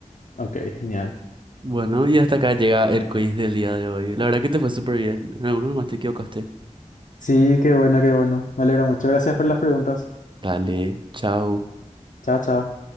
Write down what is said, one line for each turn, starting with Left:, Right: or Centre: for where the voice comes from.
Left: Ok, genial.
Right: Bueno, y hasta acá llega el quiz del día de hoy. La verdad que te fue súper bien. En alguno nomás te equivocaste.
Left: Sí, qué bueno, qué bueno. Me alegra mucho. Gracias por las preguntas.
Right: Dale, chao.
Left: Chao, chao.